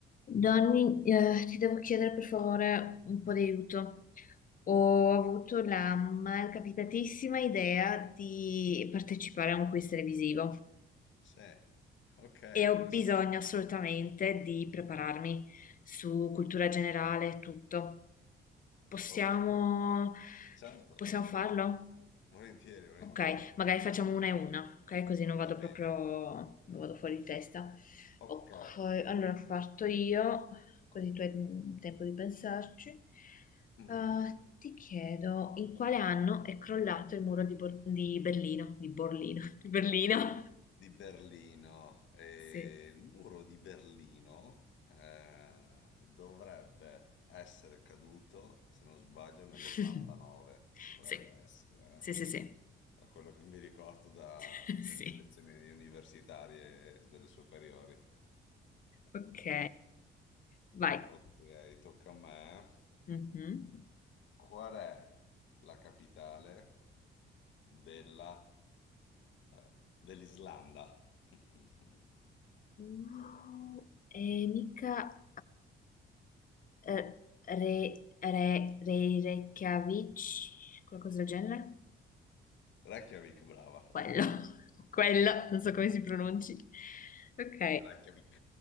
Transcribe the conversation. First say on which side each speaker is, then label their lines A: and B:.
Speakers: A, on the left; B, on the left.
A: Donny, eh, ti devo chiedere per favore un po' di aiuto. Ho avuto la malcapitatissima idea di partecipare a un quiz televisivo
B: Sì, ok,
A: e
B: interessante.
A: ho bisogno assolutamente di prepararmi su cultura generale e tutto. Possiamo,
B: Ok, certo,
A: possiamo farlo?
B: volentieri, volentieri,
A: Ok, magari facciamo una e una, ok? Così non
B: va
A: vado
B: bene.
A: proprio, non vado fuori di testa.
B: Ok,
A: Ok, allora parto io, così tu hai mm, tempo di pensarci.
B: Mhm.
A: Ah, ti chiedo in quale anno è crollato il muro di, Bor- di Berlino? Di Borlino? <laughs> Di Berlino?
B: Di Berlino. Eh,
A: Sì.
B: il muro di Berlino eh, dovrebbe essere caduto, se non sbaglio, nell'89.
A: <laughs>
B: Dovrebbe
A: Sì,
B: essere, eh.
A: sì, sì, sì.
B: Da quello che mi ricordo dalle
A: <laughs>
B: mie
A: Sì.
B: lezioni universitarie e delle superiori.
A: Ok, vai.
B: Ok, tocca a me.
A: Mhm.
B: Qual è la capitale della, eh, dell'Islanda? <laughs>
A: Uh, e mica... eh, Re, Re, Re- Reykjavik, qualcosa del genere?
B: Reykjavik, brava.
A: Quello, <laughs> quello, non so come si pronunci. Ok,
B: Reykjavik.